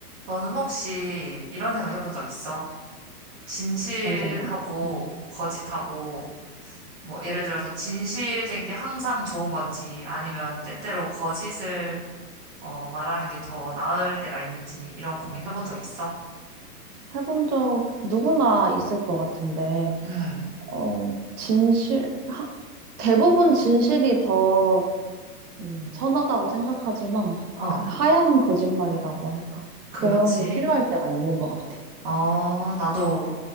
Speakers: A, on the right (about 25°); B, on the right (about 70°).
A: 너는 혹시 이런 생각 해본 적 있어? 진실하고
B: 어떤 생각? 음.
A: 거짓하고, 뭐, 예를 들어서 진실된 게 항상 좋은 건지, 아니면 때때로 거짓을, 어, 말하는 게 더 나을 때가 있는지, 이런 고민 해본 적 있어?
B: 해본 적 누구나 있을 것 같은데,
A: 응,
B: 어, 진실, 하- 대부분 진실이 더 음, 선하다고 생각하지만,
A: 어,
B: 그 하얀 거짓말이라고 할까?
A: 그렇지.
B: 그런 게 필요할 때가 있는 것 같아.
A: 어, 나도